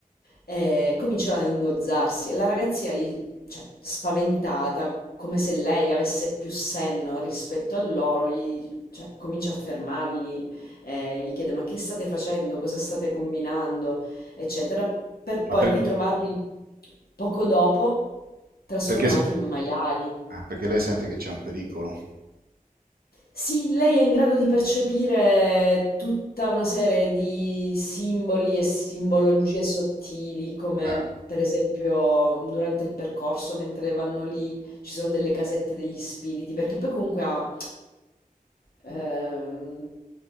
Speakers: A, on the left; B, on the right.
A: e cominciano ad ingozzarsi e la ragazzina gli cioè, spaventata, come se lei avesse più senno rispetto a loro, gli, cioè, comincia a fermarli, eh, gli chiede ma che state facendo, cosa state combinando, eccetera, per
B: Ma
A: poi
B: per-
A: ritrovarli poco dopo trasformati
B: perché,
A: in maiali.
B: ah, perché lei sente che c'è un pericolo.
A: Sì, lei è in grado di percepire tutta una serie di simboli e simbologie sottili, come
B: Eh,
A: per esempio durante il percorso, mentre vanno lì, ci sono delle casette degli spiriti, perché poi comunque ha ehm,